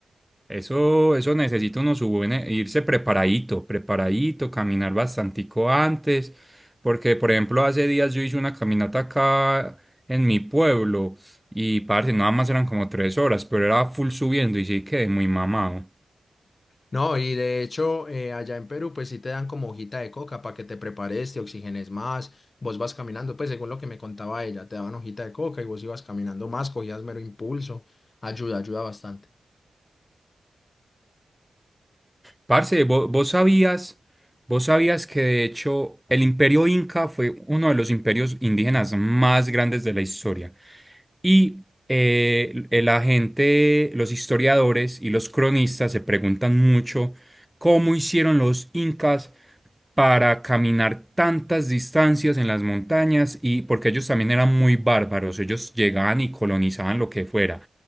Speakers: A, in the centre; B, on the left.
A: Eso, eso necesita uno su buen- eh, irse preparadito, preparadito, caminar bastantico antes, porque por ejemplo hace días yo hice una caminata acá en mi pueblo y parce, nada más eran como tres horas, pero era full subiendo y sí quedé muy mamado.
B: No, y de hecho, eh, allá en Perú, pues sí te dan como hojita de coca para que te prepares, te oxigenes más, vos vas caminando, pues según lo que me contaba ella, te daban hojita de coca y vos ibas caminando más, cogías mero impulso, ayuda, ayuda bastante.
A: Parce, vos, vos sabías, vos sabías que de hecho el Imperio Inca fue uno de los imperios indígenas más grandes de la historia. Y eh, la gente, los historiadores y los cronistas se preguntan mucho cómo hicieron los incas para caminar tantas distancias en las montañas y porque ellos también eran muy bárbaros, ellos llegaban y colonizaban lo que fuera